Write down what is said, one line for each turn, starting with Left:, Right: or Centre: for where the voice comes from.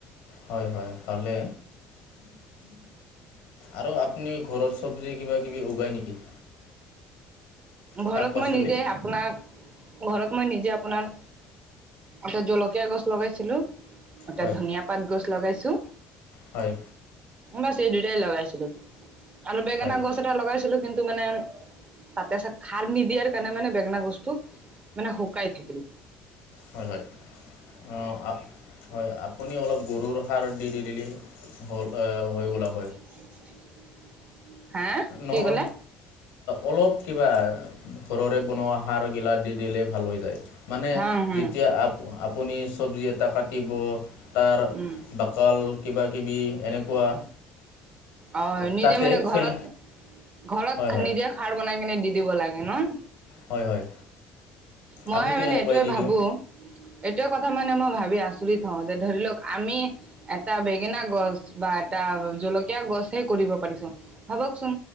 Left: হয় হয় ভালে। আৰু আপুনি ঘৰত চব্জি কিবা কিবি উগায় নেকি।
Right: ঘৰত
Left: শাক পাচলি
Right: মই নিজে আপোনাক। ঘৰত মই নিজে আপোনাৰ এতে জলকীয়া গছ লগাইছিলো। এ তটা
Left: হয়
Right: ধনিয়া পাত গছ লগাইছোঁ।
Left: হয়।
Right: বাছ এই দুইটাই লগাইছিলো আৰু বেঙেনা
Left: হয়
Right: গছ এটা লগাইছিলো কিন্তু। মানে তাতে আছে খাৰ নিদিয়াৰ কাৰণে মানে বেঙেনা বস্তু। শুকাই থাকিলো।
Left: হয় হয়। অ হয় আপুনি অলপ গৰুৰ সাৰ দি দি দিলি। হ'ল হৈ গলাব।
Right: <unintelligible> কি
Left: নহ
Right: ক'লে
Left: অলপ। কিবা ঘৰৰে বনোৱা সাৰ গিলা দি দিলে ভাল হৈ যায়। মানে
Right: হা হুম
Left: যেতিয়া আ আপুনি চব্জি এটা কাটিব। তাৰ
Right: উম
Left: বাকাল কিবা কিবি এনেকুৱা।
Right: অ নিজে
Left: তাতে
Right: মানে ঘৰত।
Left: ফেল
Right: ঘৰত
Left: হয় হয়
Right: নিজে খাৰ বনাই কিনে দি দিব লাগে ন।
Left: হয় হয়
Right: মই
Left: আমিতো
Right: মানে
Left: এনেকুৱাই
Right: এইটোৱে
Left: দি
Right: ভাবো
Left: দিওঁ
Right: এইটোোৱ কথা মানে মই ভাবি আচৰি থওঁ যে ধৰি লওক আমি এটা বেঙেনা গছ বা এটা কা জলকীয়া গছে কৰিব পাৰিছো ভাৱক চোন